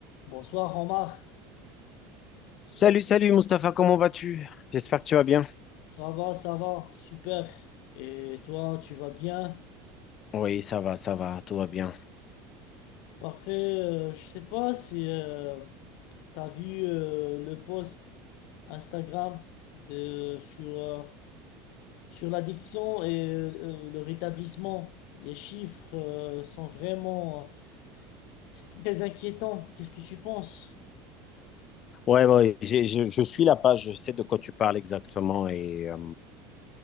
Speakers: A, on the left (about 65°); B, on the left (about 35°).
A: Bonsoir Omar,
B: Salut, salut Mustapha, comment vas-tu? J'espère que tu vas bien.
A: ça va, ça va, super. Et toi, tu vas bien?
B: Oui, ça va, ça va, tout va bien.
A: Parfait. Euh, je sais pas si euh, tu vu euh, le post Instagram de sur euh, sur l'addiction et euh, le rétablissement. Les chiffres euh, sont vraiment c'est très inquiétant. Qu'est-ce que tu penses?
B: Ouais, ouais, j'ai- je, je suis la page, je sais de quoi tu parles exactement et euh,